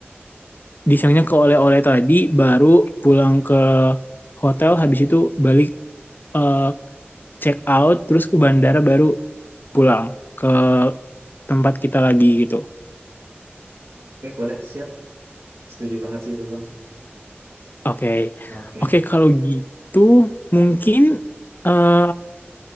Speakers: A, on the left (about 50°); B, on the right (about 80°).
A: di siangnya ke oleh-oleh tadi baru pulang ke hotel habis itu balik eh, check out terus ke bandara baru pulang ke tempat kita lagi gitu.
B: Oke, boleh. Siap. Setuju banget sih itu Bang.
A: Oke.
B: Oke.
A: Oke kalau gitu mungkin eh,